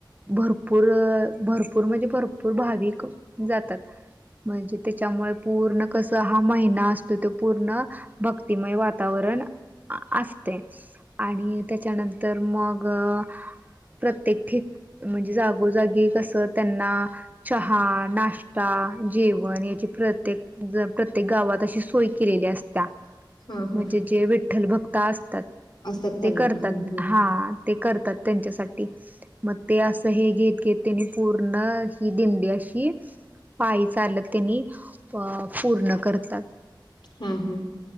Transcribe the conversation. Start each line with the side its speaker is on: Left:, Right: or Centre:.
Right: भरपूर, भरपूर म्हणजे भरपूर भाविक जातात. म्हणजे त्याच्यामुळे पूर्ण कसं? हा महिना असतोय तो पूर्ण- भक्तिमय वातावरण असतय. आणि त्याच्यानंतर मग- अ. प्रत्येक ठिक, म्हणजे जागोजागी कसं त्यांना- चहा, नाश्ता, जेवण, याची प्रत्येक ज प्रत्येक गावात अशी सोय केलेली असत्या.
Left: हा हा
Right: म्हणजे जे विठ्ठल भक्त असतात,
Left: असतात त्यांना
Right: ते करतात,
Left: हम्म हम्म
Right: हा. ते करतात त्यांच्यासाठी, मग ते असं हे घेत, ते घेत पूर्ण ही दिंडी अशी, पायी चालत त्यांनी अ पूर्ण करतात.
Left: हम्म हम्म